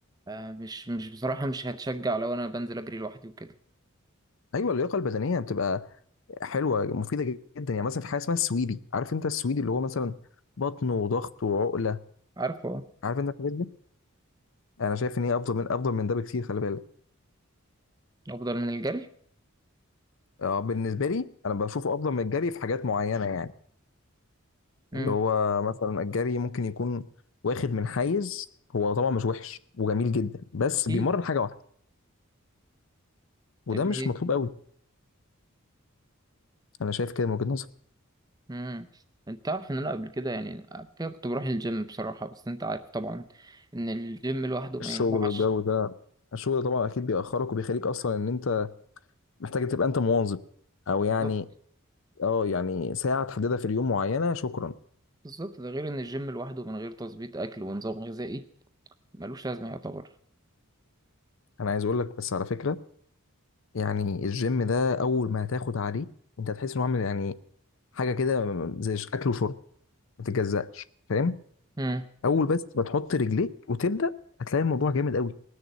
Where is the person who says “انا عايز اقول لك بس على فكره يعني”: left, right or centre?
Left